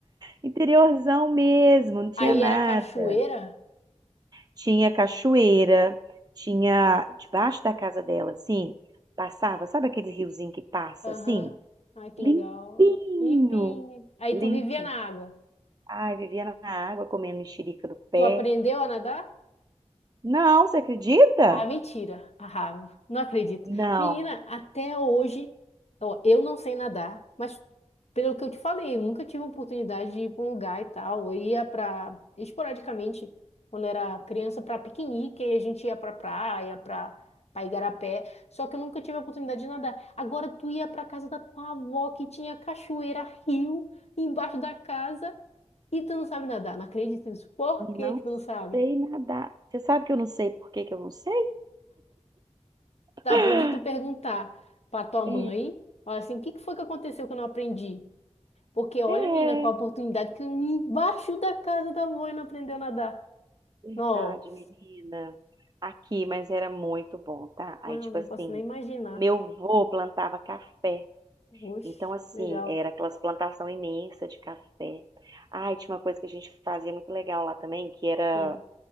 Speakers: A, on the right (about 35°); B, on the left (about 65°).
A: interiorzão mesmo, não tinha
B: Aí
A: nada.
B: era cachoeira?
A: Tinha cachoeira, tinha debaixo da casa dela, assim, passava, sabe aquele riozinho que passa
B: Aham.
A: assim?
B: Ai, que
A: Limpinho.
B: legal. Limpinho. Aí
A: Limpinho.
B: tu vivia na água.
A: Ai, vivia na água comendo mexerica do pé.
B: Tu aprendeu a nadar?
A: Não, você acredita?
B: Ah, mentira. Ah, não acredito.
A: Não,
B: Menina, até hoje, ó, eu não sei nadar, mas pelo que eu te falei, eu nunca tive oportunidade de ir para um lugar e tal. Eu ia para, esporadicamente, quando era criança, para piquenique, e a gente ia para praia, para para igarapé. Só que eu nunca tive a oportunidade de nadar. Agora tu ia para casa da tua avó que tinha cachoeira, rio embaixo da casa e tu não sabe nadar. Não acredito nisso. Por que
A: não
B: que tu não sabe?
A: sei nadar. Você sabe que eu não sei por que que eu não sei? <gasps>
B: Tá bom de tu perguntar pra tua mãe,
A: É,
B: olha assim, o que que foi que aconteceu que eu não aprendi? Porque olha,
A: é,
B: menina, com a oportunidade que eu embaixo da casa da avó e não aprendeu a nadar.
A: verdade,
B: Nossa,
A: menina. Aqui, mas era muito bom, tá?
B: não,
A: Aí, tipo
B: não
A: assim,
B: posso nem imaginar.
A: meu vô plantava café.
B: Oxe,
A: Então, assim,
B: legal.
A: era aquelas plantação imensa de café. Ai, tinha uma coisa que a gente fazia muito legal lá também, que era
B: É.